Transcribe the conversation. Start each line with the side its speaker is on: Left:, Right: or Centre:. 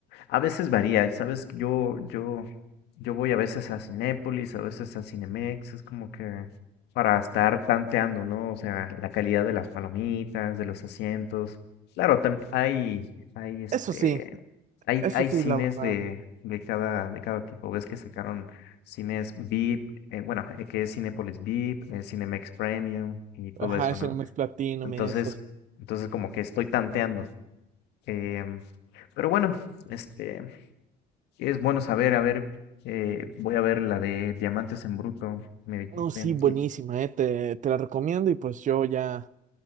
Left: a veces varía, ¿sabes? Yo, yo, yo voy a veces a Cinépolis, a veces a Cinemex, es como que para estar tanteando, ¿no? O sea, la calidad de las palomitas, de los asientos. Claro, también hay, hay este,
Right: Eso sí,
Left: hay,
Right: eso
Left: hay
Right: sí,
Left: cines
Right: la verdad.
Left: de, de cada, de cada tipo. Ves que sacaron cines VIP eh, bueno, eh, que es Cinepolis VIP, eh, Cinemex Premium y todo
Right: Ajá,
Left: eso,
Right: el
Left: ¿no?
Right: Cinemex Platinum
Left: Entonces,
Right: y eso. está-
Left: entonces como que estoy tanteando. em, pero bueno, este, es bueno saber, a ver, eh, voy a ver la de Diamantes en Bruto, me dijiste.
Right: No, sí, buenísima,
Left: Y,
Right: eh. Te, te la recomiendo y pues yo ya.